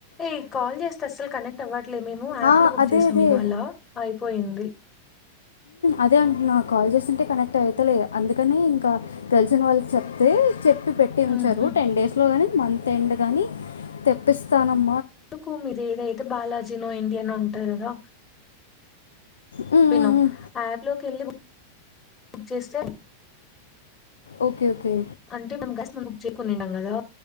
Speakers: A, on the left; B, on the left.
A: ఏ కాల్ చేస్తే అస్సలు కనెక్ట్ అవ్వట్లేదు మేము యాప్
B: ఆ,
A: లో బుక్
B: అదే
A: చేసాం
B: అదే
A: ఇవాళ అయిపోయింది
B: అదే అంటు నాకు కాల్ చేస్తుంటే కనెక్ట్ అయితేలేదు అందుకని ఇంకా తెలిసిన వాళ్ళకి చెప్తే చెప్పి పెట్టి ఉంచారు
A: ఊహు
B: టెన్ డేస్ లో కాని మంత్ ఎండ్ కాగాని తెప్పిస్తానం
A: అందుకు మీరు ఏదైతే బాలాజీ నో ఇండియనో ఉంట కదా
B: హ్మ్. హ్మ్.
A: ఎినో
B: హ్మ్.
A: ఆయాప్ లోకి వెళ్ళి బక్ చేస్తే
B: ఓకే ఓకే.
A: అంటే మేము <unintelligible> <unintelligible> నింం కదా